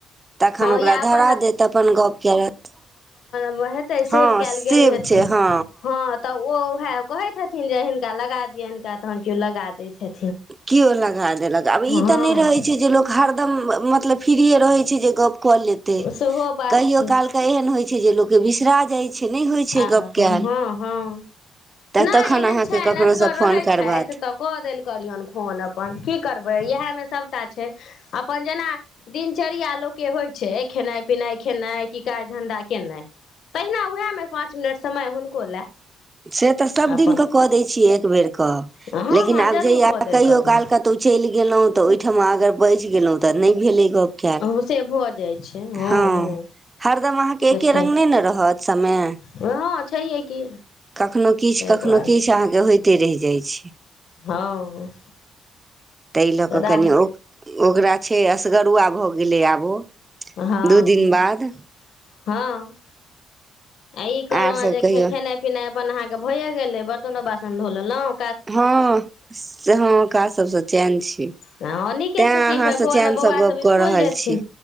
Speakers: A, on the right; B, on the left.
A: तखन
B: हँ
A: ओकरा
B: या अपन
A: धरा देत त अपन गप करत
B: व हेतै
A: हँ
B: सेब कयल
A: सेब
B: गेल हेतै
A: छै हँ
B: हँ तऽ ओएह कहै छथिन जे हिनका लगा दिअन हिनका तहन केओ लगा दैत हेतै
A: केओ लगा देलक आब
B: हँ
A: ई तऽ नहि रहैत छै जे लोक हरदम मतलब फ्रीये रहै छै जे गप क लेतै
B: सेहो बात
A: कहियो
B: छै
A: काल क एहन होइ छै जे लोकके बिसरा जाइ छै नहि होइ छै
B: आहा
A: गप
B: हँ
A: कयल
B: हँ
A: तऽ
B: नहि
A: तखन
B: एहन
A: अहाँके
B: छैन
A: ककरोसँ
B: असगर रहै
A: फोन करबात
B: छथि तऽ कऽ देल करियौन फोन अपन की करबै इएहमे सब टा छै अपन जेना दिनचर्या लोकके होइ छै खेनाइ पिनाइ खेनाइ की काज धन्धा केनाइ तहिना उएहमे पाँच मिनट समय हुनको लए
A: से तऽ सभ दिनकऽ
B: अपन
A: कऽ दै छियै एक बेरकऽ
B: हँ
A: लेकिन
B: हँ
A: आब
B: जरूर
A: जहिया
B: कऽ देल
A: कहियो
B: करू
A: काल कऽ तऽ चलि गेलहुँ तऽ ओहिठाम अगर बझि गेलहुँ तऽ तब नै भेलै गप कैयल
B: से भऽ जाइ छै हँ
A: हं
B: हँ
A: हरदम अहां के
B: तऽ
A: एके
B: छै
A: रंग नहि न रहत समय
B: हँ छैहे की
A: कखनो किछु
B: ताहि
A: कखनो
B: दुआरे
A: किछु अहाँके होइते रहि जाइत छै
B: हँ
A: ताहि लऽ
B: तऽ
A: कऽ कनि ओ ओकरा छै असगरुआ भऽ गेलै आब ओ
B: हँ
A: दू दिन बाद
B: हँ आ ई कहलौं
A: आर
B: यै
A: सभ
B: जे
A: कहियौ
B: खेनाइ पिनाइ अपन अहाँ के भए गेले बर्तनो बासन धो लेलहुं
A: हँ से हँ काज सभसँ चैन छी
B: हं नीके
A: तैँ
B: छै कि
A: अहाँसँ
B: फेर भोर
A: चैनसँ
B: मे बौआ
A: गप्प
B: सब
A: कऽ
B: स्कुल
A: रहल
B: जेथिन
A: छी